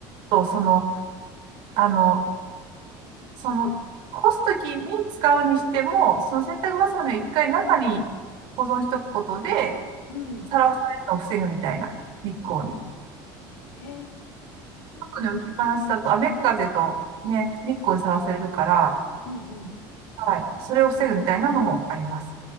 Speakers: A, on the right (about 50°); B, on the left (about 85°).
A: と、その、あの、その、干すときに使うにしても、その洗濯バサミを一回中に保存しとくことで、
B: うん。
A: さらされるのを防ぐみたいな、日光に。
B: へ
A: 後に置きっぱなしだと雨風とね、
B: え。
A: 日光にさらされるから、
B: うんうん。
A: はい。それを防ぐみたいなのもあります。